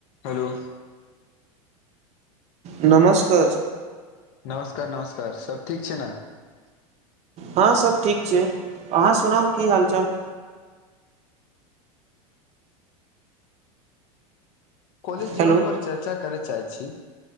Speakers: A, on the left; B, on the right.
A: Hello
B: नमस्कार
A: नमस्कार, नमस्कार! सब ठीक छै ने?
B: हँ, सब ठीक छै, अहाँ सुनाउ की हाल-चाल?
A: कॉलेज जीवन
B: हेलो
A: पर चर्चा करय चाहै छी